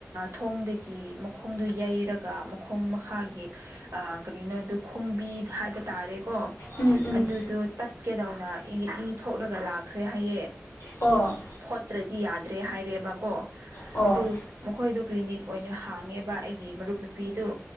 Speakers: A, on the right; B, on the left.
A: ꯊꯣꯡꯗꯒꯤ ꯃꯈꯣꯡꯗꯨ ꯌꯩꯔꯒ ꯃꯈꯣꯡ ꯃꯈꯥꯒꯤ ꯑ ꯀꯔꯤꯅꯣ ꯑꯗꯨꯗꯨ ꯈꯣꯡꯕꯤ ꯍꯥꯏꯕ ꯇꯥꯔꯦꯀꯣ
B: ꯎꯝ ꯎꯝ
A: ꯑꯗꯨꯗꯣ ꯇꯠꯀꯦꯗꯧꯅ ꯏ ꯊꯣꯛꯂꯒ ꯂꯥꯛꯈ꯭ꯔꯦ ꯍꯥꯏꯌꯦ
B: ꯑꯣ
A: ꯐꯣꯠꯇ꯭ꯔꯗꯤ ꯌꯥꯗ꯭ꯔꯦ ꯍꯥꯏꯔꯦꯕꯀꯣ
B: ꯑꯣ
A: ꯑꯗꯨ ꯃꯈꯣꯏꯗꯨ ꯀ꯭ꯂꯤꯅꯤꯛ ꯑꯣꯏꯅ ꯍꯥꯡꯉꯦꯕ ꯑꯩꯒꯤ ꯃꯔꯨꯞ ꯅꯨꯄꯤꯗꯣ